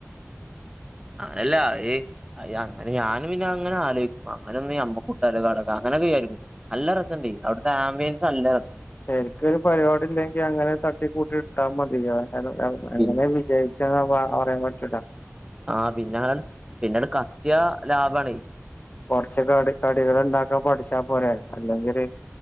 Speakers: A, on the right; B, on the left.
A: ആങ്ങനല്ലാ ഏയ് അയ് അങ്ങെനെ ഞാനും പിന്നെങ്ങനെ ആലോചിക്കും അങ്ങനൊന്ന അമ്മക്കൂട്ടാലോ കട അങ്ങനൊക്കെ വിജാരിക്കും നല്ല രസണ്ടേ അവിടുത്തെആംബിയൻസ് നല്ല രസ്
B: എനിക്കൊരു പരിപാടി ഇല്ലെങ്കിൽ അങ്ങനെ തട്ടിക്കൂട്ടി ഇട്ടാ മതിയഅയ് അങ് അങ്ങനെ
A: പി
B: വി ജയിച്ചെന്ന പ പറയാൻ പറ്റൂട്ടോ
A: ആഹ് പിന്നാൽ പിന്നെട് കത്തിയ ലാഭണ്
B: കൊറച്ചോക്കെ അട് കടികൾ ഉണ്ടാക്കാ പഠിച്ചാ പോരെ അല്ലെങ്കില്